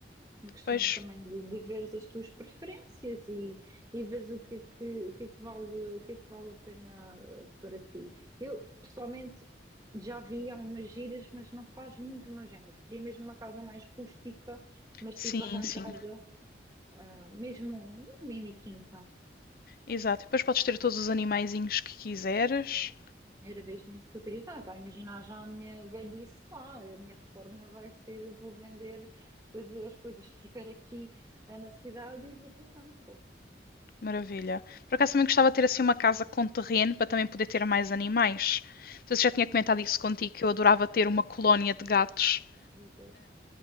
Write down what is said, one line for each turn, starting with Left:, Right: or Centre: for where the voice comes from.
Right: uma questão
Left: Pois,
Right: também de, de veres as tuas preferências e, e veres o que é que, o que é que vale, o que é que vale a pena ah, para ti. Eu, pessoalmente, já vi algumas giras, mas não faz muito o meu género. Queria mesmo uma casa mais rústica, mas
Left: sim,
Right: tipo arranjada,
Left: sim.
Right: ah, mesmo uma mini quinta.
Left: Exato. Depois podes ter todos os animaizinhos que quiseres.
Right: Era mesmo isso que eu queria. Então, imagina já a minha velhice lá, a minha reforma vai ser, eu vou vender coisas, as coisas que tiver aqui eh, na cidade e vou para o campo.
Left: Maravilha. Por acaso também gostava de ter assim uma casa com terreno para também poder ter mais animais. Não sei se já tinha comentado isso contigo, que eu adorava ter uma colónia de gatos.
Right: Ai, adoro.